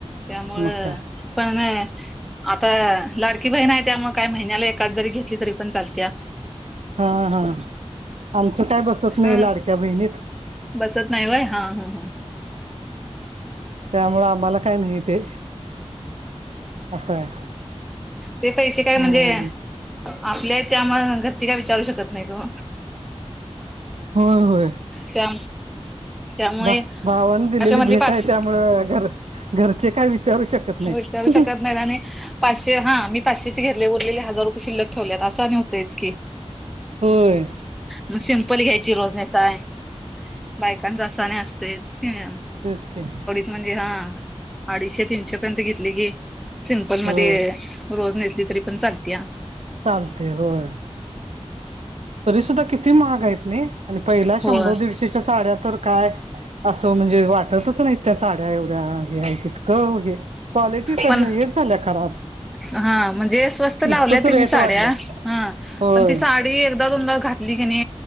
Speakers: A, in the centre; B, on the right.
A: त्यामुळं
B: मग काय
A: पण आता लाडकी बहीण आहे त्यामुळं मग काय महिन्याला एखादी जरी घेतली तरी पण चालतीय.
B: हा हा आमचं काय बसत नाही
A: अ
B: लाडक्या बहिणीत.
A: बसत नाही वय हा हा ह
B: त्यामु आम्हाला काही नाही ते असं आहे.
A: ते पैसे काय
B: हा
A: म्हणजे आपल्या त्या म घरची काय विचारू शकत नाही तू.
B: होय होय.
A: त्या त्यामुळे
B: बा भावान दिलेली
A: अशा मधली
B: भेट
A: पाच
B: आहे त्यामुळ घर घरचे काय विचारू शकत नाहीत.
A: विचारू शकत नाही. पाचशे हा मी पाचशेचे घेरले उरलेले हजार रुपये शिल्लक ठेवल्यात असं नवतयच की.
B: होय.
A: मग सिमपल घ्यायची रोजनेसाय बायकांचा असा नाही असते समम
B: तेचक.
A: म्हणजे हा अडीचशे तीनशे पर्यंत घेतली की सिमपल मध्ये.
B: हो
A: रोज नेसली तरी पण चालते ह
B: चालते होय. तरी सुद्धा किती महागा आहेत नाही आणि पहिला
A: होय
B: शंभर दीडशे. च्या साड्या तर काय असं म्हणजे वाटतच नाही त्या साड्या एवढ्या हे त हो हे क्वालिटी तर
A: पण
B: नाही हेच झाल्या खराब
A: हा म्हणजे स्वस्त लावल्या
B: नुसतंच
A: त्यांनी
B: रेट
A: साड्या
B: वाढल्यात.
A: हा
B: होय
A: पण ती साडी एकदा तुम घात ली कि